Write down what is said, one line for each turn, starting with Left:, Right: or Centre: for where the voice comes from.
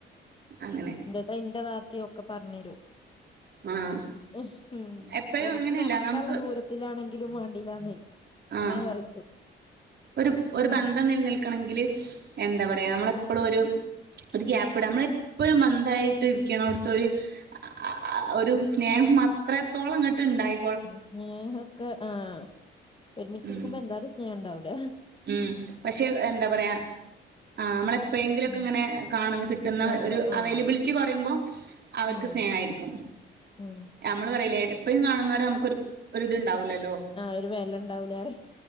Right: അങ്ങനെ
Left: എന്റെ ത ഇന്റെ താത്തിം ഒക്കെ പറഞ്ഞ് തരും
Right: ആഹ്
Left: ഉം
Right: എപ്പോഴും
Left: കൊറച്ച്
Right: അങ്ങനെയല്ല
Left: നടക്കാള്ളെ
Right: നമുക്ക്
Left: ദൂര ത്തിലാണെങ്കിലും വേണ്ടില്ലാന്നെ
Right: ആഹ്
Left: ഇങ്ങനെ പറയും
Right: ഒരു ഒരു
Left: ഉം
Right: ബന്ധം നിലനിൽക്കണെങ്കില് എന്താ പറയാ നമ്മളെപ്പളും ഒര് ഒരു ഗ്യാപ്പ് ഇടാ നമ്മള എപ്പഴും ബഡായിട്ട് ഇരിക്ക്ണോട്ത്തൊര് ആഹാ ഒരു സ്നേഹം അത്രത്തോളം ഇങ്ങട്ട് ഇണ്ടായി
Left: സ്നേഹക്കെ ആഹ് ഒരുമിച്ചിരിക്കുമ്പോ
Right: ഉം
Left: എന്തായാലും സ്നേഹം ഇണ്ടാവൂല
Right: ഉം പക്ഷെ എഹ് എന്താ പറയാ ആ അമ്മളെ എപ്പഴെങ്കിലൊക്കെ
Left: ഉം
Right: ഇങ്ങനെ കാണ കിട്ടുന്ന
Left: കാണുമ്പോ
Right: ഒരു
Left: ആഹ്
Right: അവൈലബിലിറ്റി കുറയുമ്പോ അവര്ക്ക്
Left: ഉം
Right: സ്നേഹായിരിക്കും
Left: ഉം
Right: നമ്മള് പറയൂല്ലേ എപ്പഴും കാണുന്നോരെ നമുക്കൊര് ഒരുത്ണ്ടാവുലല്ലോ
Left: ആഹ് ഒരു വെല ഇണ്ടാവൂലാറിം